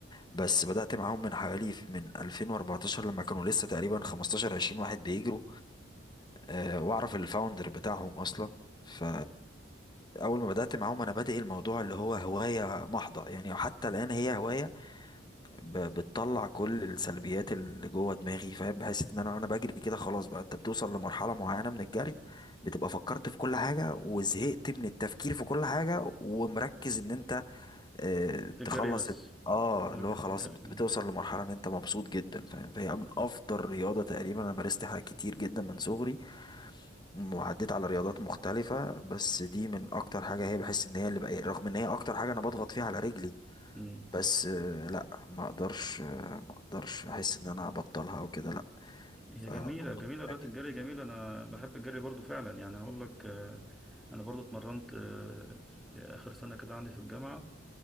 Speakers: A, on the left; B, in the centre.
A: بس بدات معاهم من حوالي من 2014 لما كانوا لسه تقريبا 15 20 واحد بيجروا أه واعرف الفاوندر بتاعهم اصلا ف اول ما بدات معاهم انا بادئ الموضوع اللي هو هوايه محضه يعني حتى الان هي هوايه ب- بتطلع كل السلبيات اللي جوه دماغي فاهم بحس ان انا وانا بجري كده خلاص بقى انت بتوصل لمرحله معينه من الجري بتبقى فكرت في كل حاجه وزهقت من التفكير في كل حاجه ومركز ان انت اه
B: في الجري
A: تخلص
B: بس
A: الت- اه
B: مركز
A: اللي هو خلاص
B: في الجري
A: بت-
B: مم.
A: بتوصل لمرحله ان انت مبسوط جدا فاهم فهي من افضل رياضه تقريبا انا مارست حاجات كتير جدا من صغري وعديت على رياضات مختلفه بس دي من اكتر حاجه هي بحس ان هي اللي بقى رغم ان هي اكتر حاجه انا بضغط فيها على رجلي
B: مم.
A: بس آه، لا ما اقدرش آه، ما اقدرش احس ان انا ابطلها او كده لا
B: هي
A: فبطل
B: جميله جميله رياضه
A: فيها جدا
B: الجري جميله انا بحب الجري برضو فعلا يعني هقول لك آه، انا برضو اتمرنت آه، في اخر سنه كده عندي في الجامعه